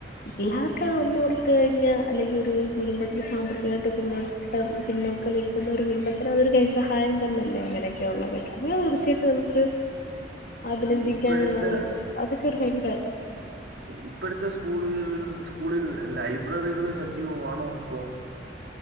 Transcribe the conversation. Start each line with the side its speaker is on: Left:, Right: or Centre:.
Left: എല്ലാവർക്കും ഒന്ന്ഓർത്തു കഴിഞ്ഞാ അല്ലെങ്കി ഒരു കുടുംബത്തിന് സാമ്പത്തികായിട്ട് പിന്നോട്ട് ട്ട് പിന്നോക്കം നിൽക്കുന്ന ഒരു കുടുംബത്തിന് അതൊരു കൈസഹായം തന്നല്ലേ അങ്ങനെക്കെയുള്ളതൊക്കെ അങ്ങനെ തീർച്ചയായിട്ടും നമുക്ക് അഭിനന്ദിക്കാൻ
Right: ഇപ്പോഴത്തെ
Left: അതൊക്കെ ഒരു ഭയങ്കര
Right: ഇപ്പഴ്ത്തെ സ്കൂളുകളില് സ്കൂളിൽ ലൈബ്രറികൾ സജീവമാണോ ഇപ്പോ